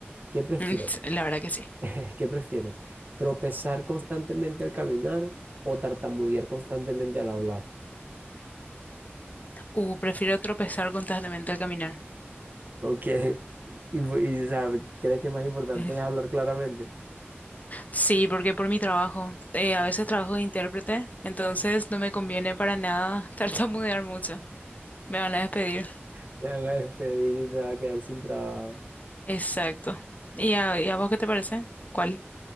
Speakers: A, on the right; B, on the left.
A: ¿qué prefieres?
B: Mm, sí, La verdad que sí.
A: <laughs> ¿Qué prefieres? ¿Tropezar constantemente al caminar o tartamudear constantemente al hablar?
B: Uh, prefiero tropezar constantemente al caminar.
A: Ok, <laughs> y, y, o sea, ¿crees que más importante
B: Ay.
A: es hablar claramente?
B: Sí, porque por mi trabajo. eh, a veces trabajo de intérprete, entonces no me conviene para nada <laughs> tartamudear mucho. Me van a despedir.
A: <laughs> Te van a despedir y te va a quedar sin trabajo.
B: Exacto. ¿Y a, y a vos qué te parece? ¿Cuál?